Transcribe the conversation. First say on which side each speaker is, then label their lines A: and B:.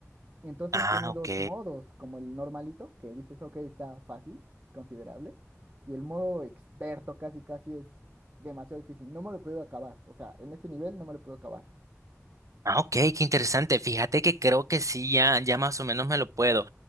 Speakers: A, on the right; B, on the right.
A: Entonces
B: Ah,
A: tiene
B: ok.
A: dos modos, como el normalito, que dices, ok, está fácil, considerable, y el modo experto casi casi es demasiado difícil. No me lo puedo acabar, o sea, en ese nivel no me lo puedo acabar.
B: Ah, ok, qué interesante. Fíjate que creo que sí, ya, ya más o menos me lo puedo.